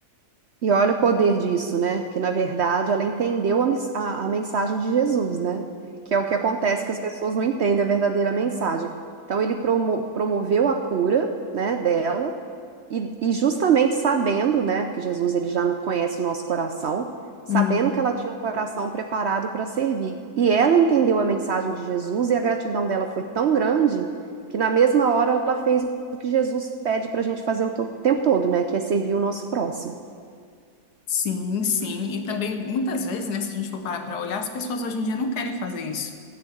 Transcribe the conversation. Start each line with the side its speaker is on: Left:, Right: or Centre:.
Right: E olha o poder disso, né? Porque, na verdade, ela entendeu a, mis- a- a mensagem de Jesus, né? Que é o que acontece que as pessoas não entendem a verdadeira mensagem. Então, ele promo- promoveu a cura, né, dela, e, e justamente sabendo, né, porque Jesus ele já não conhece o nosso coração, sabendo
Left: Hum.
Right: que ela tinha um coração preparado para servir. E ela entendeu a mensagem de Jesus e a gratidão dela foi tão grande que, na mesma hora, ela fez o que Jesus pede para a gente fazer o to- tempo todo, né? Que é servir o nosso próximo.
Left: Sim, sim. E também, muitas vezes, né, se a gente for parar para olhar, as pessoas hoje em dia não querem fazer isso.